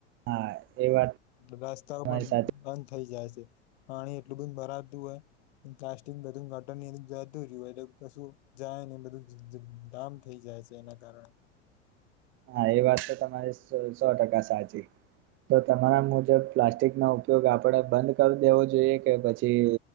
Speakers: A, on the right; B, on the left.
A: હા એ વાત
B: રસ્તાઓ
A: તમારી
B: પણ
A: સાચી
B: બંધ થઈ જાય છે. પાણી એટલું બધુ ભરાતું હોય. પ્લાસ્ટિકબધું ગટર ની જતું રેય એટલે કશું જાય ને એ બધું ધામ થઈ જાય. છે એના કારણે.
A: હા એ વાત તો તમારે સો ટકા સાચી. તો તમારા મુજબ પ્લાસ્ટિક નો ઉપયોગ આપણેે બંધ કરી દેવો જોઈએ કે પછી.